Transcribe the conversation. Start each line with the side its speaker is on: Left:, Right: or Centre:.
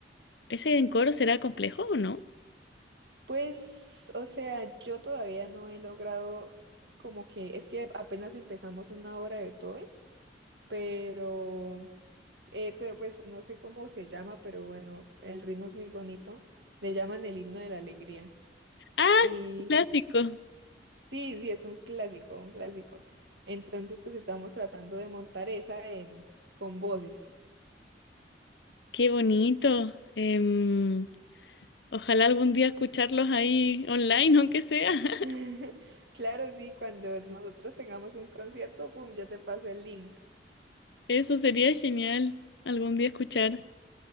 Left: ¿Ese en coro será complejo o no?
Right: Pues, o sea, yo todavía no he logrado como que, es que apenas empezamos una obra de Beethoven, pero... Eh, pero pues no sé cómo se llama, pero bueno, el ritmo es muy bonito. Le llaman el himno de la alegría.
Left: Ah,
Right: Y
Left: sí, un clásico.
Right: sí, sí, es un clásico, un clásico. Entonces, pues estamos tratando de montar esa en, con voces.
Left: Qué bonito. Em, ojalá algún día escucharlos ahí online, aunque sea. <laughs>
Right: <laughs> Claro, sí, cuando nosotros tengamos un concierto, pum, ya te paso el link.
Left: Eso sería genial, algún día escuchar.